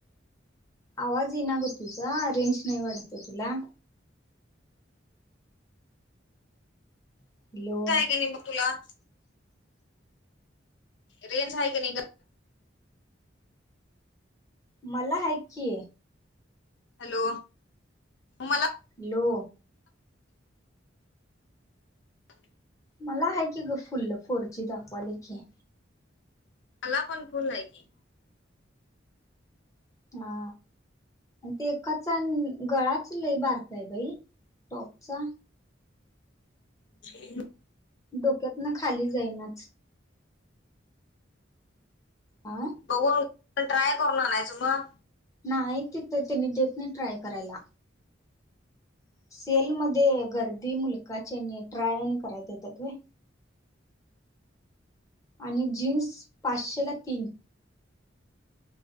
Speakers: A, on the left; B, on the left.
A: आवाज येईना ग तुझा रेंज नाही वाढत तुला हॅलो
B: काय ग ने तुला रेंज आहे की नाही ग
A: मला हाय की
B: हॅलो मला
A: हॅलो
B: टॅप
A: मला आहे की ग फुल्ल फोरजी दाखवाले की
B: मला पण फुल्ल आहेय की
A: हा ते एकाचा गळाच लय बरका आहे बाई टॉपचा
B: ह
A: डोक्यातन खाली जाईनात आ
B: बघून ट्राय करून आणायच मग
A: नाही तिथ त्यांनी देत नाही ट्राय करायला सेल मध्ये गर्दी मुलकाची आणि ट्राय आणि करायला देतात रे आणि जीन्स पाचशे ला तीन